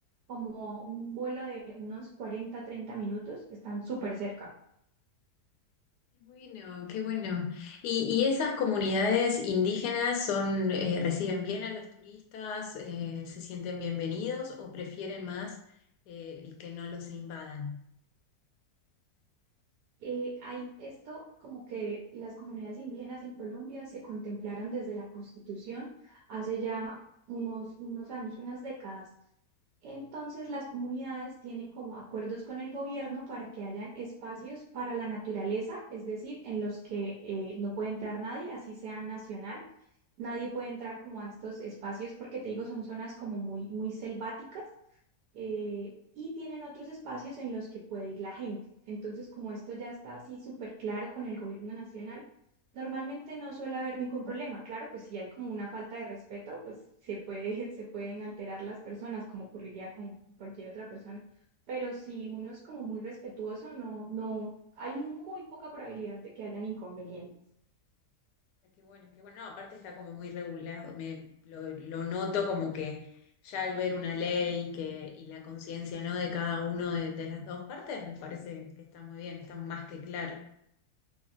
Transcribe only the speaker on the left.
Bueno, qué bueno. ¿Y, y esas comunidades indígenas son, eh, reciben bien a los turistas, eh, se sienten bienvenidos o prefieren más eh, que no los invadan?
Ah, Qué bueno, qué bueno. No, aparte está como muy regulado. Me, lo, lo noto como que ya al ver una ley que, y la conciencia, ¿no? de cada uno de, de las dos partes, me parece que está muy bien, está más que claro.